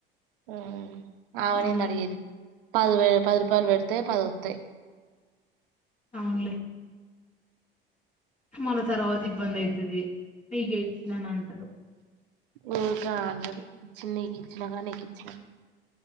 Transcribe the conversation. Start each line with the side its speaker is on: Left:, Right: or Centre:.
Right: ఆ ఆమనెంది
Left: ఆ
Right: అడిగేది పది వే పది రూపాయలు పెడితే పది వతాయి
Left: అవునులే మళ తర్వాత ఇబ్బంది అవుతుది నగ ఇచ్చిన నా అంటారు
Right: ఓకా అంటది ఇచ్చింది నీకు ఇచ్చినాక నీకు ఇచ్చినా